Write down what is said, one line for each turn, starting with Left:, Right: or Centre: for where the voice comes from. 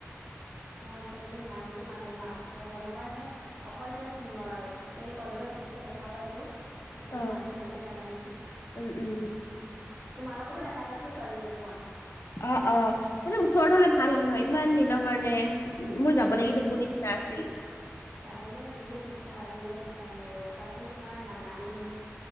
Right: হয় চাগে দেই নামটো নাজানো আৰ্টছৰে হয়। মই মানে অকল জাষ্ট ম কলেজত দেখা পাইছোঁ। বাকী
Left: অ
Right: নামতটো ভালকে নাজানো।
Left: উম উম
Right: তোমালোকতো দেখা পাইছিলো। ছোৱালীজনীক মই।
Left: অ অ এনে ওচৰত হলে ভাল হ'লে হয় ইমান দিনৰ কাৰণে। উ উ মোৰ যাবলে কিন্তু বহুত ইচ্ছা আছিল।
Right: যাবলৈ বহুত ইচ্ছা বিৰাট ইচ্ছা মোৰো তাকো তোমাৰ মানালী,